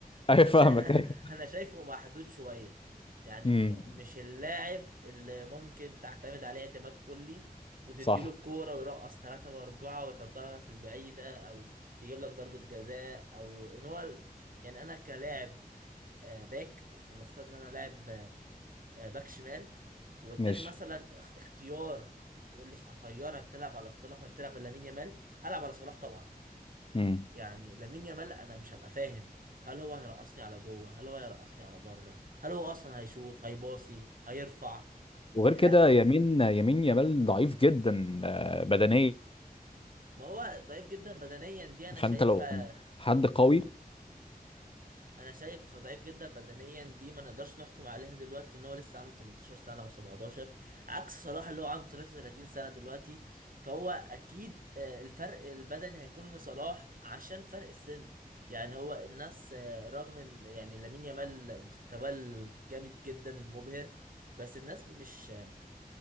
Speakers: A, on the right; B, on the left.
A: بس
B: ايوه فاهمك
A: انا شا...
B: ايوه
A: <laughs> انا شايفه محدود شويه يعني
B: امم
A: م- مش اللاعب اللي ممكن تعتمد عليه اعتماد كلي وتديله
B: صح
A: الكوره ويرقص ثلاثة وأربعة ويحطها في البعيدة أو يجيب لك ضربة جزاء أو إن هو ال- يعني أنا كلاعب آه، باك فلنفترض إن أنا لاعب آه، باك شمال وقدامي
B: ماشي
A: مثلا اخ- اختيار تقول لي هخيرك تلعب على صلاح ولا تلعب على لامين يامال هلعب على صلاح طبعا
B: امم
A: يعني لامين يامال انا مش هبقى فاهم هل هو هيرقصني على جوه هل هو هيرقصني على بره هل هو اصلا هيشوط هيباصي هيرفع
B: وغير
A: لا
B: كده يمين يمين يمال ضعيف جدا آه، بدنيا
A: ما هو ضعيف جدا بدنيا دي انا
B: فانت
A: شايفها
B: لو حد قوي
A: انا شايف ضعيف جدا بدنيا دي ما نقدرش نحكم عليها دلوقتي ان هو لسه عنده 18 سنه او 17 عكس صلاح اللي هو عنده 33 سنه دلوقتي فهو اكيد آه، الفرق البدني هيكون لصلاح عشان فرق السن يعني هو الناس آه، رغم ان يعني لامين يامال مستواه جامد جدا المبهر بس الناس مش آه،